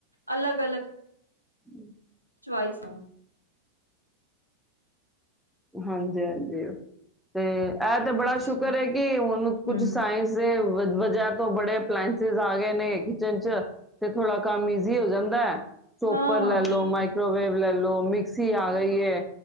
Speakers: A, on the left; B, in the centre.
A: ਅਲਗ ਅਲੱਗ
B: ਹਮ
A: ਚੁਵਾਈ ਸੌ
B: ਹਾਂਜੀ ਹਾਂਜੀ ਤੇ ਇਹ ਤੇ ਬੜਾ
A: ਦੱਸੋ
B: ਸ਼ੁਕਰ ਹੈ ਕਿ ਹੁਣ ਕੁੱਝ
A: ਹਮ
B: ਸਾਇੰਸ ਦੇ ਵਜ੍ਹਾ ਤੋਂ ਬੜੇ ਅਪਲਾਇੰਸਿਸ ਆ ਗਏ ਨੇ ਕਿਚਨ ਚ ਤੇ ਥੋੜਾ ਕੰਮ ਈਜ਼ੀ ਹੋ ਜਾਂਦਾ ਹੈ ਚੋਪਰ
A: ਹਾਂ
B: ਲੈ ਲ ਲੋ ਮਾਈਕ੍ਰੋਵੇਵ ਲੈ ਲ ਮਿਕਸੀ ਆ ਗਈ ਹੈ